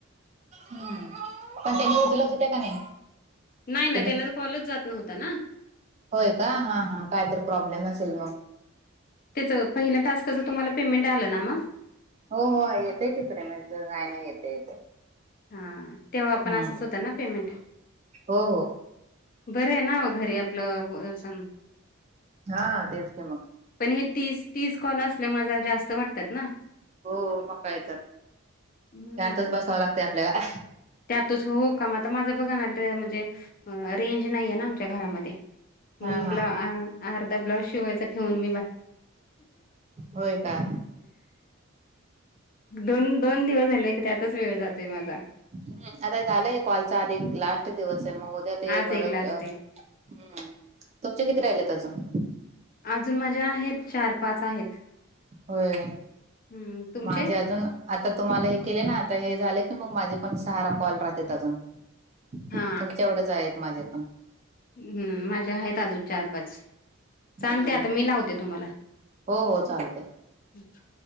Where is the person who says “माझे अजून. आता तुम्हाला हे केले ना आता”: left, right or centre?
Right